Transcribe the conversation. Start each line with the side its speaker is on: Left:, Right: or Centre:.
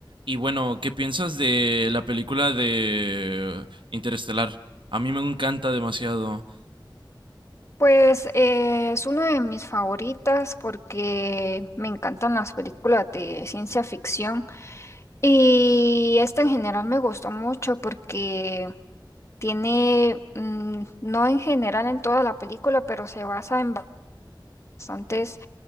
Right: Y bueno, ¿qué piensas de la película de Interestelar? A mí me encanta demasiado.
Left: Pues eh, es una de mis favoritas porque me encantan las películas de ciencia ficción y esta en general me gustó mucho porque tiene, mm, no en general en toda la película, pero se basa en bastantes